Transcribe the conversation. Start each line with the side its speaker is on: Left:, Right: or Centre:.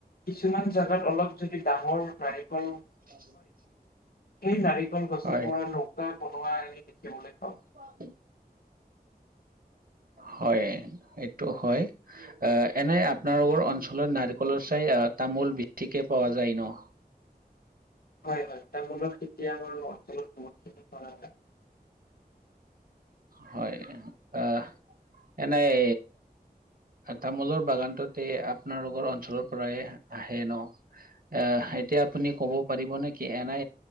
Left: কিছুমান জেগাত অলপ যদি ডাঙৰ, ৰাইফল
Right: <unintelligible>
Left: সেই নাৰিকল গছৰ
Right: হয়
Left: পৰা নৌকা বনোৱা, এনে দেখিবলৈ পাওঁ।
Right: ফগ হয়, এইটো হয়। আহ, এনে আপোনালোকৰ অঞ্চলত নাৰিকলৰ চাই, তামোল বেছিকে পোৱা যায় ন?
Left: হয় হয়, তামোলৰ খেতি আমাৰ অঞ্চলত বহুতখিনি কৰা হয়
Right: হয়, আ, এনেই তামোলৰ বাগানটোত আপোনালোকৰ অঞ্চলৰ পৰাই আহে ন? এ, এতিয়া আপুনি ক'ব পাৰিব নেকি এনে,